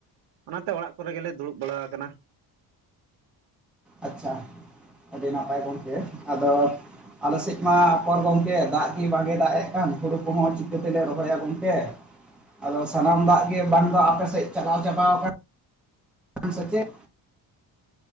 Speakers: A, on the right; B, in the centre.
A: ᱚᱱᱟᱛᱮ ᱚᱲᱟᱜ ᱠᱚᱨᱮ ᱜᱮᱞᱮ ᱫᱩᱲᱩᱵ ᱵᱟᱲᱟ ᱟᱠᱟᱱᱟ᱾
B: ᱟᱪᱪᱷᱟ, ᱟᱹᱰᱤ ᱱᱟᱯᱟᱭ ᱜᱚᱝᱠᱮ ᱟᱫᱚ ᱟᱞᱮᱥᱮᱫ ᱢᱟ ᱯᱚᱨ ᱜᱚᱢᱠᱮ ᱫᱟᱜ ᱜᱮ ᱵᱟᱝᱮ ᱫᱟᱜ ᱮᱫ ᱠᱟᱱ ᱦᱩᱲᱩ ᱠᱚᱦᱚᱸ ᱪᱤᱠᱟᱹᱛᱮᱞᱮ ᱨᱚᱦᱚᱭᱟ ᱜᱚᱝᱠᱮ? ᱟᱫᱚ ᱥᱟᱱᱟᱢ ᱫᱟᱜ ᱜᱮ ᱵᱟᱝ ᱫᱚ ᱟᱯᱮ ᱥᱮᱫ ᱪᱟᱵᱟᱣ ᱠᱟᱱ ᱥᱮ ᱪᱮᱫ,